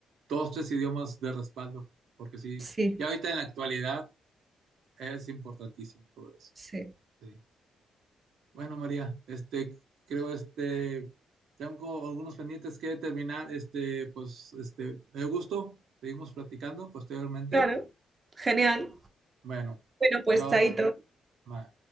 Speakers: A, on the right; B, on the right.
A: dos, tres idiomas de respaldo, porque sí,
B: Sí,
A: ya ahorita en la actualidad es importantísimo todo eso.
B: sí.
A: Sí. Bueno, María, este, creo este, tengo algunos pendientes que terminar. Este, pues, este, me gusto. Seguimos platicando posteriormente.
B: Claro. Genial.
A: Bueno,
B: Bueno, pues
A: Dios.
B: chaito.
A: Bye.